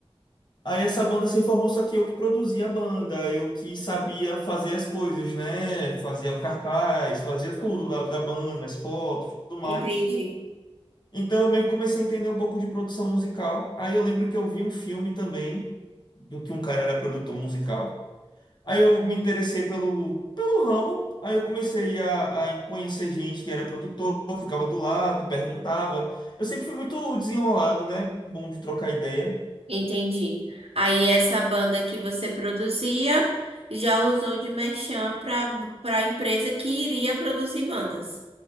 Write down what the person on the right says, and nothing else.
Entendi.
Entendi. Aí essa banda que você produzia já usou de merchan para para a empresa que iria produzir bandas.